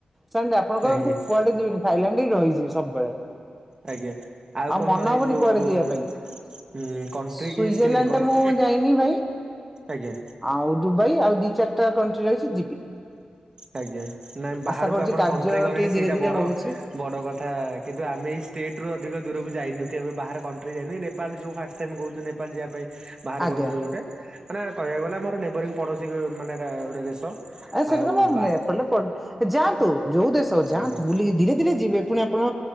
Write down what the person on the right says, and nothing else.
ଆଜ୍ଞା
ଆଜ୍ଞା ଆଉ କଣ
ମାନେ
ଏଇ ଯୋଉ
ଉଁ
କଣ୍ଟ୍ରି
କି ଷ୍ଟେଟ୍ କଣ?
ଆଜ୍ଞା।
ଆଜ୍ଞା ନାଇଁ ବାହାରକୁ
ଆପଣ
କଣ୍ଟ୍ରି ଗଲେଣି
ସେଇଟା
ବଡ
ବଡ କଥା କିନ୍ତୁ ଆମେ ଏଇ ଷ୍ଟେଟ ରୁ ଅଧିକ ଦୂରକୁ ଯାଇନୁ କି ଏବେ ବାହାର କଣ୍ଟ୍ରି ଯାଇନୁ ନେପାଳ ଯୋଉ ଫାଷ୍ଟ ଟାଇ କହୁଚୁ ନେ ପାଳ ଯିବା ପାଇଁ। ବାହାର
କଣ୍ଟ୍ରି ଗୋଟେ ମାନେ କହିବାକୁ ଗଲେ ଆମର ନେବରିଙ୍ଗ ପଡ଼ୋଶୀ ମାନେ ଗୋଟେ ଦେଶ।
ଆଉ
ବା
ଆଜ୍ଞା